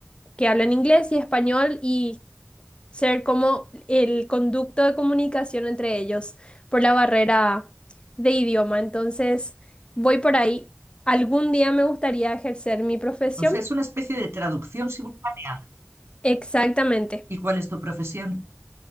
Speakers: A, on the left; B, on the right.
A: que hablan inglés y español y ser como el conducto de comunicación entre ellos por la barrera de idioma. Entonces, voy por ahí. Algún día me gustaría ejercer mi profesión.
B: O sea, es una especie de traducción simultánea.
A: Exactamente.
B: ¿Y cuál es tu profesión?